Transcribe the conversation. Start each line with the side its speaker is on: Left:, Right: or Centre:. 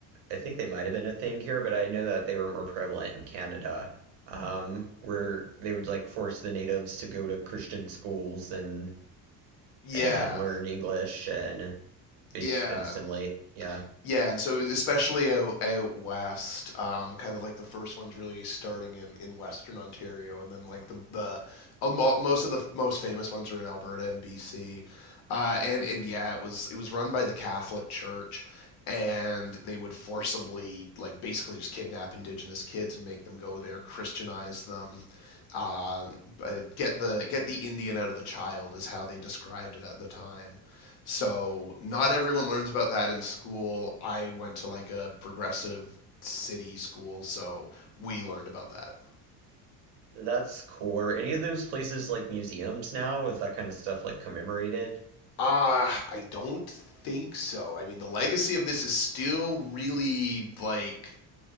Right: I think they might have been a thing here, but I know that they were more prevalent in Canada, um, where they would like force the natives to go to Christian schools and
Left: Yeah,
Right: and learn English and bas
Left: yeah.
Right: and assimilate. Yeah.
Left: Yeah, and so especially out, out west, um, kind of like the first ones really starting in, in Western Ontario, and then like the the uh, mo- most of the f- most famous ones are in Alberta and BC, uh, and and yeah, it was it was run by the Catholic Church, and they would forcibly like basically just kidnap Indigenous kids and make them go there, Christianize them, uh, uh, get the get the Indian out of the child is how they described it at the time. So not everyone learns about that in school. I went to like a progressive city school, so we learned about that.
Right: That's cool. Are any of those places like museums now? Is that kind of stuff like commemorated?
Left: Ah, Uh, I don't think so. I mean, the legacy of this is still really like